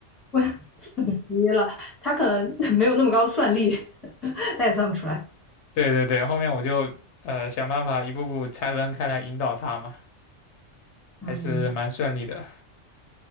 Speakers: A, in the centre; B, on the left.
A: 我 <laughs> 死机了，他可能 <laughs> 没有那么高算力，<laughs> 他也算不出来。
B: 对对对，后面我就呃想办法一步步拆分开来引导他嘛，还是蛮顺利的。
A: 嗯。